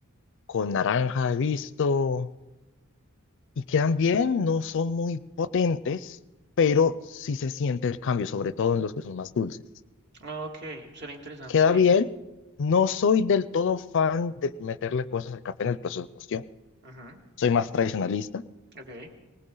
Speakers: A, on the left; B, on the right.
A: con naranja he visto, y quedan bien, no son muy potentes, pero sí se siente el cambio, sobre todo en los que son más dulces.
B: Ah, Ok, suena interesante,
A: Queda
B: sí.
A: bien, no soy del todo fan de meterle cosas al café en el proceso de cocción,
B: Ujú,
A: soy más tradicionalista.
B: Ok,